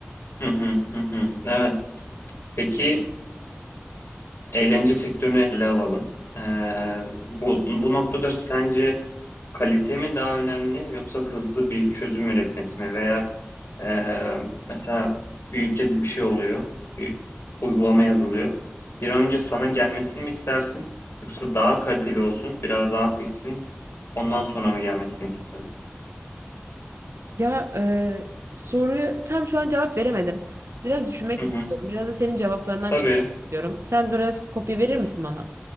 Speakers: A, on the left (about 70°); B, on the right (about 90°).
A: Hı hı hı hı. Evet. Peki Eğlence sektörünü ele alalım. Ee, bu, bu noktada sence kalite mi daha önemli yoksa hızlı bir çözüm üretmesi mi? Veya e, mesela bir ülkede bir şey oluyor, bir uygulama yazılıyor. Bir an önce sana gelmesini mi istersin yoksa daha kaliteli olsun, biraz daha pişsin, ondan sonra mı gelmesini istersin?
B: Ya e, soruyu tam şu an cevap veremedim. Biraz düşünmek
A: Hı hı.
B: istiyorum. Biraz da senin cevaplarından
A: Tabii.
B: çalışmak istiyorum. Sen biraz kopya verir misin bana?